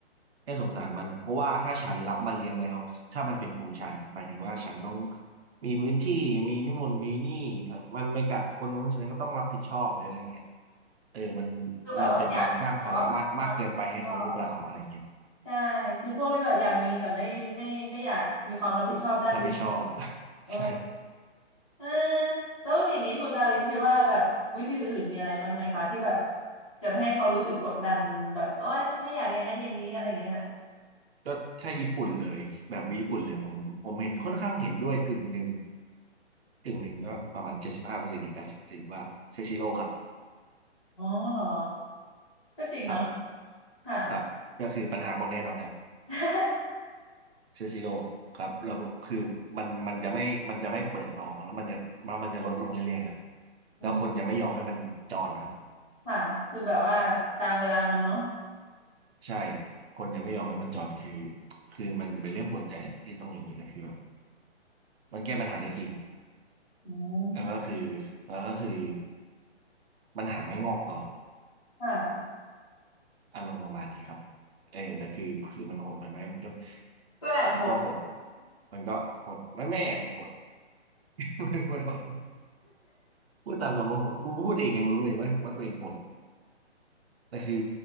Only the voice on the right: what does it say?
แค่สงสารมันเพราะว่าถ้าฉันรับมาเลี้ยงแล้วถ้ามันเป็นของฉันหมายถึงว่าฉันต้องมีพื้นที่มีนู่นมีนี่ครับมันไม่กัดคนนู้นฉันก็ต้องรับผิดชอบหรืออะไรเงี้ยเออมัน
มันเป็นการสร้างภาระมากมากเกินไปให้เขาหรือเปล่าอะไรเงี้ย
รับผิดชอบ <laughs>
ใช่
ก็ใช่ญี่ปุ่นเลยแบบญี่ปุ่นเลยผมผมเห็นค่อนข้างเห็นด้วยกึ่งหนึ่งกึ่งหนึ่งก็ประมาณเจ็ดสิบห้าเปอร์เซ็นต์ถึงแปดสิบเปอร์เซ็นต์ว่าเซซิโร่ครับ
ครับ
ครับก็คือปัญหาหมดแน่นอนครับ
เซซิโดครับแล้วคือมันมันจะไม่มันจะไม่เปิดต่อแล้วมันจะมันมันจะลดลงเรื่อยๆครับ
แล้วคนจะไม่ยอมให้มันจอนครับ
ใช่คนจะไม่ยอมให้มันจอนคือคือมันเป็นเรื่องปวดใจแหละที่ต้องอย่างนี้แต่คือแบบมันแก้ปัญหาได้จริง
แล้วก็คือแล้วก็คือปัญหาไม่งอกต่อ
อารมณ์ประมาณนี้ครับเออแต่คือคือมันโหดไปไหมมันก็
มันก็โหดมันก็โหดไม่แม่มันโหด <laughs> มันโหด พูดตามตรงก็โหดพูดพูดเองยังรู้เลยว่าว่าตัวเองโหด แต่คือ